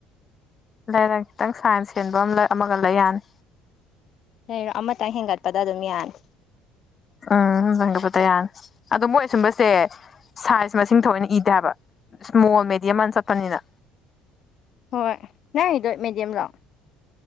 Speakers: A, on the left; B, on the left.
A: ꯂꯩꯔꯪ ꯈꯤꯇꯪ ꯁꯥꯏꯟꯁ ꯍꯦꯟꯕ ꯑꯃ ꯑꯃꯒ ꯂꯩ ꯌꯥꯅꯤ
B: ꯂꯩꯩꯔꯣ ꯑꯃꯇꯪ ꯍꯦꯟꯒꯠꯄꯗ ꯑꯗꯨꯝ ꯌꯥꯅꯤ
A: ꯑ ꯗꯪꯒꯕꯗ ꯌꯥꯢ ꯑꯗꯣ ꯃꯣꯏ ꯁꯨꯝꯕꯁꯦ ꯁꯥꯏꯖ ꯃꯁꯤꯡ ꯊꯑꯣꯏꯅ ꯏꯗꯦ ꯍꯥꯏꯕ ꯁ꯭ꯃꯣꯜ ꯃꯦꯗꯤꯌꯝ ꯅ ꯆꯠꯄꯅꯤꯅ
B: ꯍꯣꯏ ꯅꯗꯣ ꯃꯦꯗꯤꯌꯝ ꯂꯣ